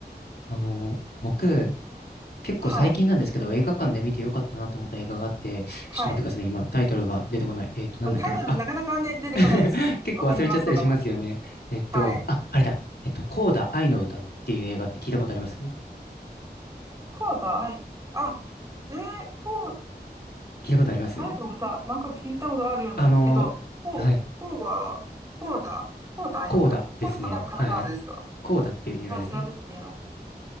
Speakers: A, on the left; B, on the right.
A: あの、僕、結構最近なんですけど、
B: はい、
A: 映画館で見てよかったなと思った映画があって、
B: はい。
A: ちょっと待ってくださいね。今、タイトルが出てこない。えっと、なんだっけな。
B: タイトルなかなかね、
A: あ、
B: 出てこないんですよね。
A: <laughs> 結構忘れちゃったりしますよね。
B: わかります、わかります。
A: えっと、
B: はい。
A: あ、あれだ。えっと、コーダ愛の歌っていう映画って聞いたことあります聞
B: こうだい。あ、えー、こう、
A: いたことあります
B: タイの歌、なんか聞いたことあるような、
A: あの、
B: えっと、こう、
A: はい。
B: こうは、こうだ、こうだ、愛の歌。
A: コーダですね。
B: こうだからカタカナですか
A: はい。コーダっていう映画ですね。
B: まあ、調べてみよ